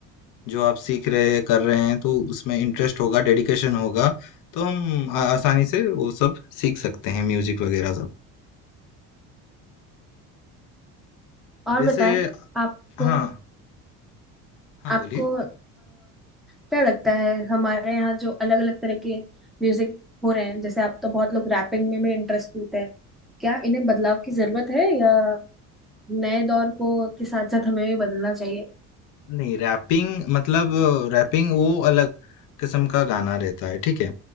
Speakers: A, on the left (about 60°); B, in the centre.
A: जो आप सीख रहे कर रहे हैं तो उसमें इंटरेस्ट होगा डेडिकेशन होगा तो हम आ, आसानी से वो सब सीख सकते हैं म्यूजिक वगैरह सब
B: और
A: वैसे
B: बताएं आपको
A: हाँ हाँ
B: आपको
A: बोलिए
B: आ, क्या लगता है हमारे यहाँ जो अलग अलग तरह के म्यूजिक हो रहे हैं जैसे आप तो बहुत लोग रैपिंग में भी इंटरेस्ट लेते हैं क्या इन्हें बदलाव की जरूरत है या नए दौर को के साथ साथ हमें भी बदलना चाहिए
A: नहीं रैपिंग मतलब रैपिंग वो अलग किस्म का गाना रहता है ठीक है